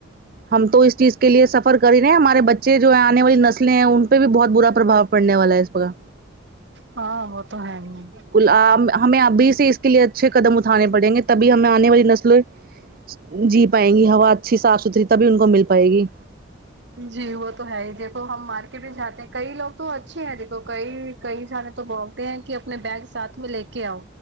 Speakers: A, on the right; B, on the right.
A: ہم تو اس چیز کے لیے سففر کر ہی رہے ہیں ہمارے بچے چے جو ہے آنے والی نسلیں ہیں ان پہ بھی بہت برا پربھاؤ پڑنے والا ہے اے سب کا
B: ہاں وہ تو ہے ہی
A: آں ہمیں ابھی سے اس کے لیے اچھے قدم اٹھانے پڑیں گے تبھی ہمیں آنے والی نسلیں جی پائیں گی ہوا اچھی صاف ستھری تبھی ان کو مل پائے گی
B: جی وہ تو ہے ہی دیکھو ہم مارکیٹ میں جاتے ہیں کئی لوگ تو اچھے ہیں دیکھو کئی کئی جنے تو بول تے ہیں کہ اپنے بیگ ساتھ میں لے کے آؤ